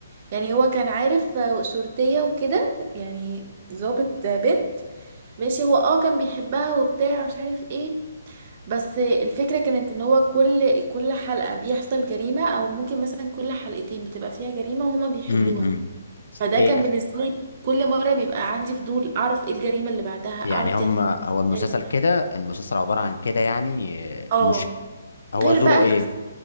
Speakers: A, on the right; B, on the left.
A: يعني هو كان عارف آه، شرطيه وكده يعني ضابط آه، بنت ماشي هو اه كان بيحبها وبتاع مش عارف ايه بس الفكرة كانت ان هو كل كل حلقة بيحصل جريمة او ممكن مثلا كل حلقتين بتبقى فيها جريمة وهما بيحلوها
B: امم امم.
A: فده
B: ايه
A: كان بالنسبة لي كل مرة بيبقى عندي فضول أعرف ايه الجريمة اللي بعدها أعرف
B: يعني
A: دي
B: هم
A: هتكون
B: هو المسلسل
A: ازاي
B: كده المسلسل عباره عن كده يعني آه،
A: اه
B: مش هو
A: غير
B: دوره
A: بقى
B: ايه
A: قصة-